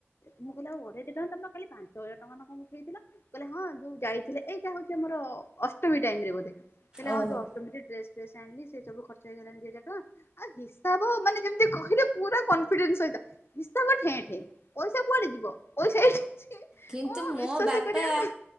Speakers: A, on the left; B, on the right.
A: ମୁଁ କହିଲ ଆଉ ଅଢେଇ ଦେଇ ଟଙ୍କା ତମ କାଲି ପାଞ୍ଚ <unintelligible> ହଜାର ଟଙ୍କା କ <unintelligible> ଖଥିଲା କହିଲେ ହଁ ଯୋଉ ଯାଇଥିଲେ ଏଇଟା ହଉଛି ଆମର ଅଷ୍ଟମୀ ଟାଇମ ରେ, ବୋଧେ ହେଲେ
B: ଓହୋ
A: ହ ଯଷ୍ଟ <unintelligible> ଡ୍ରେସ ଆଣିଲ ସେ ସବୁ ଖର୍ଚ୍ଚ ହେଇଗଲାଣି ଦି ହଜାର ଟଙ୍କା। ଆଉ ହିସାବ ମାନେ ଯେମିତି କହିଲେ ପୁରା କନିଡେନ୍ସ ସ ହିସାବ ଠେଁ ଠେଁ ପଇସା କୁଆଡେ ଯିବ ପଇସା ଏଇଠି ଅଛି।
B: କିନ୍ତୁ
A: ଓ
B: ମୋ
A: ବିଶ୍ଵାସ
B: ବାପା
A: କରିବା